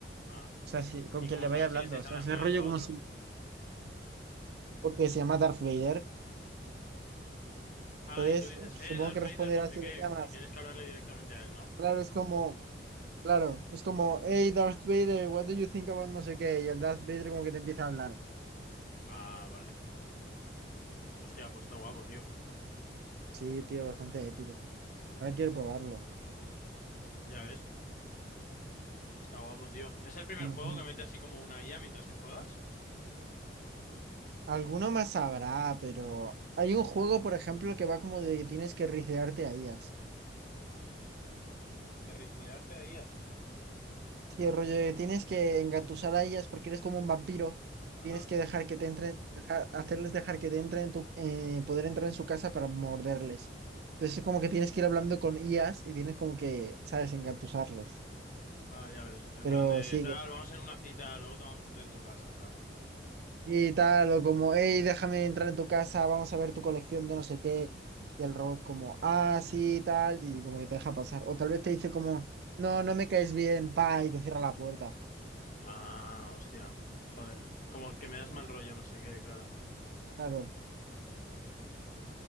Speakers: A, on the left; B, on the right.
A: Ah.
B: O sea, si- con
A: ¿Y
B: quien
A: cómo
B: le
A: sabes
B: vaya hablando.
A: si le estáis
B: O sea,
A: hablando
B: ese
A: a
B: rollo
A: él o a
B: como
A: otro?
B: si... Porque se llama Darth Vader.
A: Ah,
B: Entonces,
A: y tú dices,
B: supongo
A: eh, Darth
B: que
A: Vader,
B: responderá
A: no sé
B: si
A: qué,
B: le llamas.
A: y tienes que hablarle directamente a él, ¿no?
B: Claro, es como... Claro, es como, hey Darth Vader, what do you think about no sé qué? Y el Darth Vader como que te empieza a hablar.
A: Ah, vale. Hostia, pues está guapo, tío.
B: Sí, tío, bastante épico. Ahora quiero probarlo.
A: Ya ves, está guapo, tío. ¿Es el primer
B: Ujú.
A: juego que mete así como una IA mientras que juegas?
B: Alguno más habrá, pero hay un juego, por ejemplo, que va como de que tienes que ricearte a ellas.
A: De rizlearte a IAs.
B: Sí, el rollo de que tienes que engatusar a ellas porque eres como un vampiro.
A: Ajá.
B: Tienes que dejar que te entren, dejar, hacerles dejar que te entren en tu, eh, poder entrar en su casa para morderles. Entonces es como que tienes que ir hablando con ellas y tienes como que, ¿sabes?, engatusarles.
A: Ah, ya ves. En
B: Pero
A: plan de
B: sí,
A: tal, vamos en una cita, luego tomamos un té en tu casa, tal.
B: Y tal, o como, hey, déjame entrar en tu casa, vamos a ver tu colección de no sé qué. Y el robot como, ah, sí, tal, y como que te deja pasar. O tal vez te dice como, no, no me caes bien, pa, y te cierra la puerta.
A: Ah, hostia. Joder. Como que
B: Sí,
A: me das mal rollo, no sé qué, claro.
B: claro,